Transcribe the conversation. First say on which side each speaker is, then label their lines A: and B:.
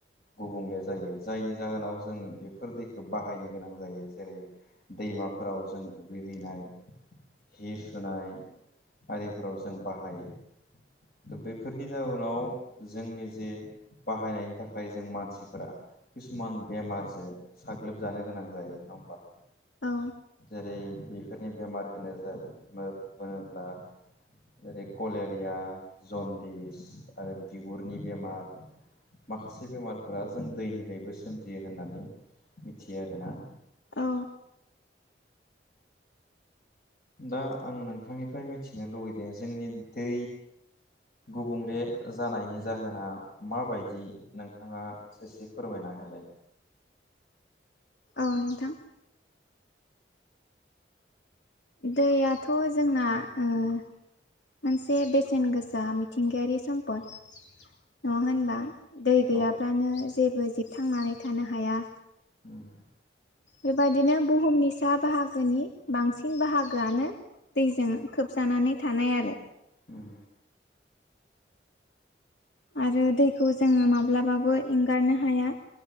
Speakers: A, on the left; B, on the left.
A: गुबुंले जायो जायनि जाहोनाव जों बेफोर दैखौ बाहायनो गोनां जायो जेरै दैमा माफोराव जों दुगैहैनाय हि सुनाय आरिफोराव जों बाहायो त' बेफोर जनि जाहोनाव जोंनि जे बाहायनायनि थाखाय जों मानसिफोरा किसुमान बेमारजों साग्लोबजानो गोनां जायो नङा होमबा
B: औ
A: जेरै बेफोरनि बेमार होनो बोब्ला जेरै कलेरिया जन्दिस आरो बिगुरनि बेमार माखासे बेमारफोरा जों दैनिफ्रायबो सोमजियो होननानै मिथियो आरोना
B: औ
A: दा आं नोंथांनिफ्राय मिथिनो लुबैदों जोंनि दै गुबुंले जानायनि जाहोना माबायदि नोंथाङा ससे फोरमायना हो होलाय
B: औ नोंथां दैयाथ' जोंना मोनसे बेसेन गोसा मिथिंगायारि सम्पद नङा होनबा दै
A: औ उम
B: गैयाब्लानो जेबो जबथांनानै थानो हाया
A: उम
B: बेबदिनो बुहुमनि सा बाहागोनि बांसिन बाहागोआनो दैजों खोबजानानै थानाय आरो
A: उम
B: आरो दैखौ जोङो माब्लाबाबो एंगारनो हाया